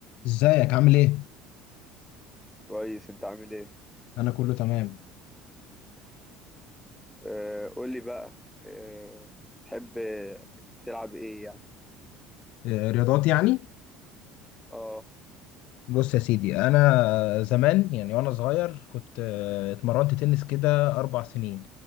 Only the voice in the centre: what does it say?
كويس انت عامل ايه
آه قول لي بقى آه تحب تلعب ايه يعني
اه